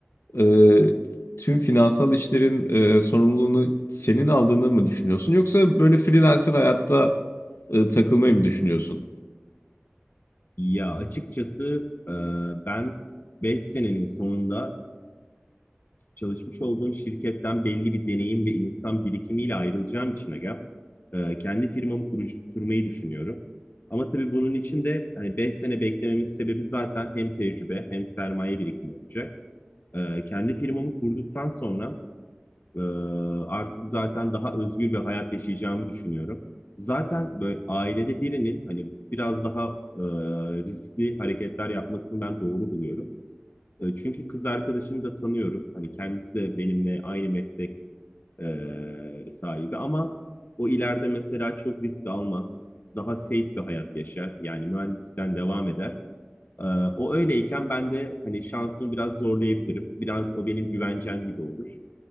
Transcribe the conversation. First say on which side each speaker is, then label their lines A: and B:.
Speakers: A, on the left (about 90°); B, on the left (about 50°).
A: e, tüm finansal işlerin e, sorumluluğunu senin aldığını mı düşünüyorsun? Yoksa böyle freelancer hayatta e, takılmayı mı düşünüyorsun?
B: Ya açıkçası e, ben 5 senenin sonunda çalışmış olduğum şirketten belli bir deneyim ve insan birikimiyle ayrılacağım için aga e, kendi firmamı kuruş- kurmayı düşünüyorum. Ama tabii bunun için de hani 5 sene beklememin sebebi zaten hem tecrübe hem sermaye birikimi olacak. Ee, kendi firmamı kurduktan sonra e, artık zaten daha özgür bir hayat yaşayacağımı düşünüyorum. Zaten böyle ailede birinin hani biraz daha e, riskli hareketler yapmasını ben doğru buluyorum. E, çünkü kız arkadaşımı da tanıyorum. Hani kendisi de benimle aynı meslek e, sahibi ama o ileride mesela çok risk almaz. Daha safe bir hayat yaşar. Yani mühendislikten devam eder. Ee, o öyleyken ben de hani şansımı biraz zorlayabilirim. Biraz o benim güvencem gibi olur.